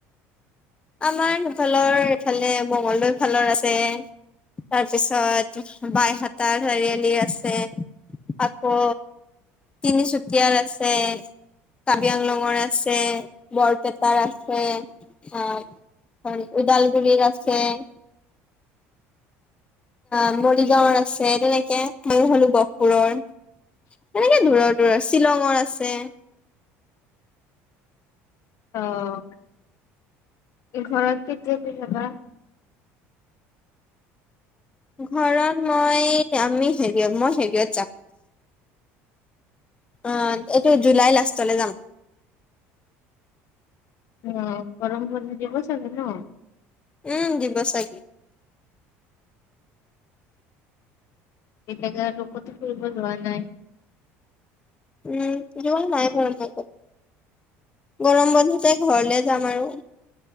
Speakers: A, on the left; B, on the left.
A: আমাৰ সফালৰ ইফালে মঙংগলদৈ ইফালৰ আছে, তাৰপিছত বাই হাতাৰ চাৰিআলি আছে আকৌ। তিনিচুতীয়াৰ আছে, কাৰ্বি আলংৰ আছে, বৰপেটাৰ আছে। <unintelligible> অ' উদালগুৰিৰ আছে। ন মৰিগাঁৱৰ আছে তেনেকে ময়ো হ'লো গঢ় পুৰৰ তেনেকে দূৰৰ দূৰৰ শ্বিলংৰ আছে।
B: অ' এই ঘৰতৰত কেতিয়াকে যাবা।
A: ঘৰত মই আমি হেৰিয়ত মই হেৰিয়ত যাম। আহ এইটো জুলাই লাষ্টলৈ যাম।
B: অ' গৰম বন্ধ দিব চাগে ন।
A: উম, দিব চাগে।
B: <unintelligible> কতো ফুৰিব যোৱা নাই।
A: উম, জোৱা নাই <unintelligible> গৰম বন্ধতে ঘৰলৈ যাম আৰু।